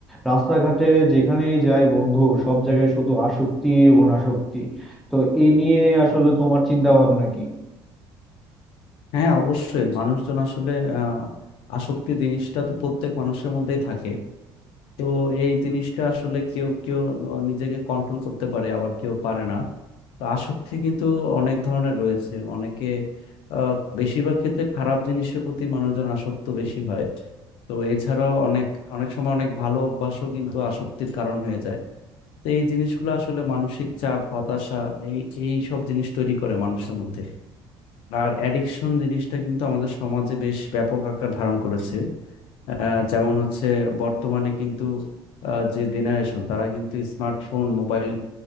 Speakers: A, in the centre; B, on the left.
A: রাস্তাঘাটে যেখানেই যাই বন্ধু সব জায়গায় শুধু আসক্তি এবং আসক্তি তো এই নিয়ে আসলে তোমার চিন্তা ভাবনা কি
B: হ্যাঁ অবশ্যই মানুষজন আসলে আহ আসক্তি জিনিসটা তো প্রত্যেক মানুষের মধ্যেই থাকে তো এই জিনিসটা আসলে কেউ কেউ নিজেকে কন্ট্রোল করতে পারে আবার কেউ পারে না তো আসক্তি কিন্তু অনেক ধরনের রয়েছে অনেকে আহ, বেশিরভাগ ক্ষেত্রে খারাপ জিনিসের প্রতি মানুষজন আসক্ত বেশি হয় তো এছাড়াও অনেক অনেক সময় অনেক ভালো অভ্যাসও কিন্তু আসক্তির কারণ হয়ে যায় তো এই জিনিসগুলো আসলে মানসিক চাপ হতাশা এই এই সব জিনিস তৈরি করে মানুষের মধ্যে আর অ্যাডিকশন জিনিসটা কিন্তু আমাদের সমাজে বেশ ব্যাপক আকার ধারণ করেছে আহ, যেমন হচ্ছে বর্তমানে কিন্তু আহ, যে জেনারেশন তারা কিন্তু স্মার্টফোন মোবাইল